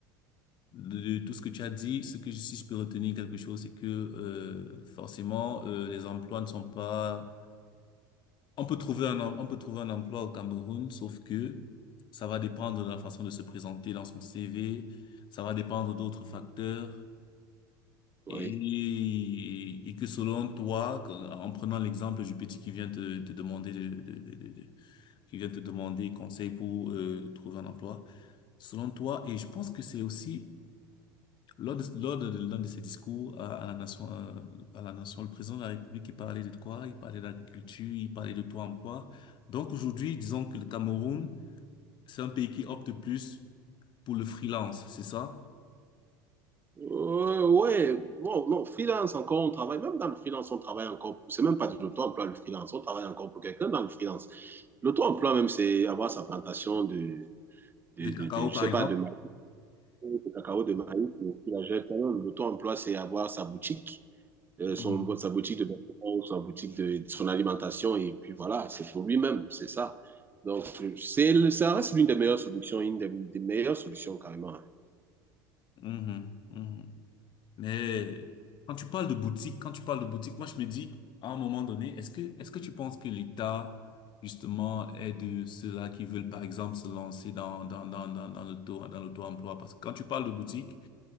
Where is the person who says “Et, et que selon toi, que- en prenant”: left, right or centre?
Left